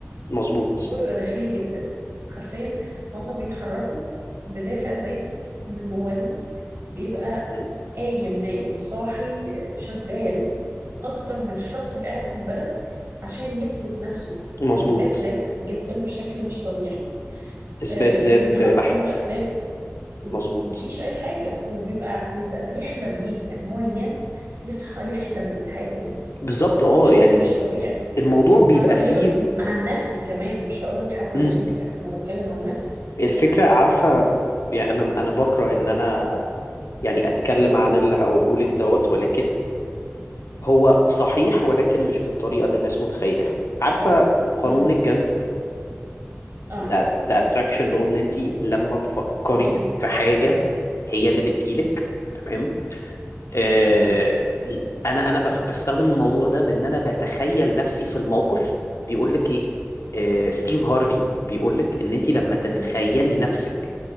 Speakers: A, on the left; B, on the right.
A: مظبوط
B: الموضوع بيبقى داخلي جدا حرفيا هما بيتحركوا بدافع ذاتي من جواهم بيبقى
A: م.
B: قايم نايم صاحي شغال اكتر من الشخص اللي قاعد في البلد عشان يثبت نفسه
A: مظبوط
B: اثبات ذات جدا بشكل مش طبيعي
A: اثبات
B: آه، واللي
A: ذات
B: بيحركه
A: بحت
B: بيبقى الدافع
A: مظبوط
B: مفيش اي حاجه وبيبقى بيبقى بيحلم بيها يعني هو ينام يصحى يحلم بالحاجه دي
A: بالظبط اه
B: بشكل
A: يعني
B: مش طبيعي
A: الموضوع بيبقى
B: انا بكلمك
A: فيه
B: م- عن نفسي كمان مش هقول لك حد
A: م.
B: بعيد يعني انا بتكلم عن نفسي
A: الفكرة عارفة يعني أنا أنا بكره إن أنا يعني أتكلم عن اللي هقوله لك دوت ولكن هو صحيح ولكن مش بالطريقة اللي الناس متخيلة عارفة قانون
B: امم
A: الجذب
B: اه اه
A: the, the attraction law إن أنت لما تفكري
B: امم
A: في حاجة هي اللي بتجيلك تمام آه
B: امم
A: أنا أنا بف- بستخدم الموضوع ده بإن أنا بتخيل نفسي في الموقف بيقول لك إيه آه ستيف هارفي بيقول لك إن أنت لما تتخيلي
B: مهم.
A: نفسك